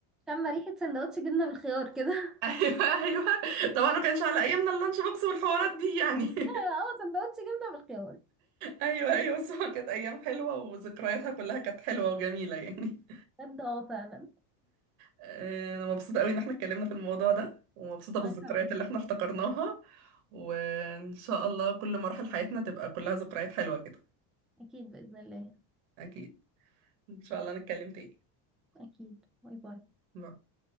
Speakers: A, in the centre; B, on the right.
A: شم ريحة سندوتش جبنة بالخيار كده <laughs>
B: <laughs> أيوه أيوه طبعا ما كانش على أيامنا اللانش بوكس والحوارات دي يعني
A: لا
B: <laughs>
A: اه سندوتش جبنة بالخيار
B: أيوه أيوه بس هو كانت أيام حلوة وذكرياتها كلها كانت حلوة وجميلة يعني
A: بجد اه فعلا
B: آه، انا مبسوطة قوي ان احنا اتكلمنا في الموضوع ده ومبسوطة
A: وانا
B: بالذكريات
A: كمان
B: اللي احنا افتكرناها وان شاء الله كل مراحل حياتنا تبقى كلها ذكريات حلوة كده
A: اكيد بإذن الله
B: اكيد ان شاء الله نتكلم تاني
A: اكيد باي باي
B: باي.